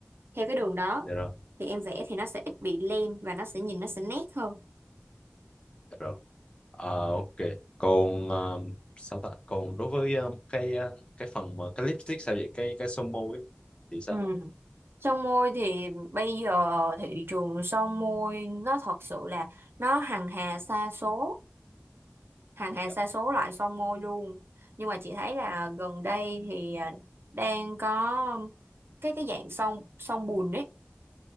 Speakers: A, on the right (about 65°); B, on the left (about 25°).
A: theo cái đường đó
B: dạ
A: thì em vẽ thì nó sẽ ít bị lem và nó sẽ nhìn nó sẽ nét hơn
B: rồi Ờ, ok còn ờ, sao ta còn đối với ờ, cái ờ, cái phần mà cái lipstick sao vậy cái cái son môi ấy, thì sao
A: Ừ. Son môi thì bây giờ thị trường son môi nó thật sự là nó hằng hà sa số, hằng hà
B: dạ.
A: sa số loại son môi luôn. Nhưng mà chị thấy là gần đây thì à, đang có cái cái dạng son son bùn ấy,